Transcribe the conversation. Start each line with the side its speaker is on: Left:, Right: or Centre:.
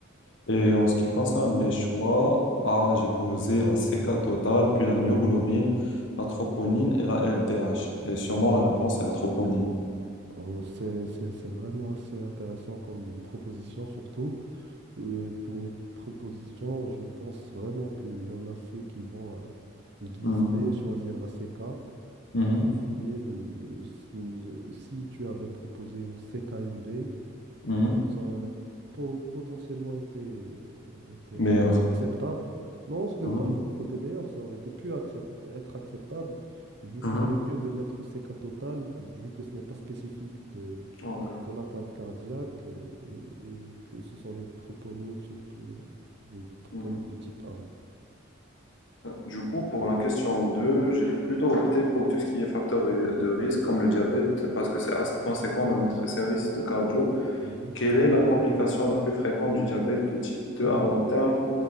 Left: Et en ce qui
Right: mhm.
Left: concerne les choix, A, j'ai posé la CK totale, puis la myoglobine, la troponine et la LDH. Et sûrement la réponse est la troponine.
Right: Euh, c'est, c'est, c'est vraiment assez intéressant comme proposition, surtout. Euh, pour les propositions, je pense vraiment qu'il y en a ceux qui vont euh, glisser,
Left: Mhm,
Right: choisir la CK,
Left: mhm,
Right: mais euh, s- euh, si tu avais proposé une CKMB,
Left: mhm,
Right: euh, ça aurait po- potentiellement été, euh, été
Left: meilleur
Right: acceptable. Non, ce n'est
Left: mhm,
Right: pas juste côté meilleur, ça aurait été pu accept être acceptable. Du coup,
Left: mhm.
Right: c'est mieux de mettre CK total, vu que ce n'est pas spécifique de,
Left: Ouais,
Right: de l'atteinte cardiaque euh, et, et que ce sont les troponines, surtout euh, les troponines
Left: mhm.
Right: de type 1.
Left: Du coup, pour la question 2, j'ai plutôt opté pour tout ce qui est facteur de risque, comme le diabète, parce que c'est assez conséquent dans notre service de cardio.
Right: Mhm.
Left: Quelle est la complication la plus fréquente du diabète de type 2 à long terme?